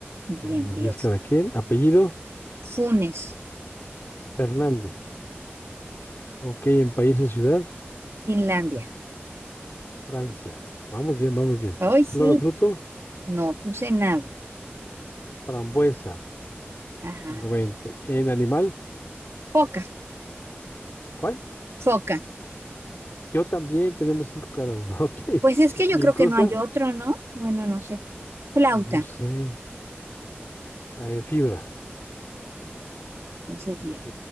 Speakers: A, on the right; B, on the left.
A: Bien,
B: Tenemos
A: 10,
B: 10 cada quien. Apellido,
A: Funes,
B: Fernández. Ok, en país o ciudad,
A: Finlandia.
B: Francia. Vamos bien, vamos bien.
A: Hoy sí,
B: Flor o fruto,
A: no puse nada.
B: frambuesa.
A: Ajá.
B: Tengo 20. En animal,
A: Foca,
B: ¿cuál?
A: foca.
B: Yo también tenemos 5 cada uno. <laughs> Ok.
A: Pues es que yo
B: ¿Y
A: creo
B: en cosa?
A: que no hay otro, ¿no? Bueno, no sé. Flauta.
B: Pues no sé. Eh, fibra.
A: Entonces,
B: Ok,
A: diez,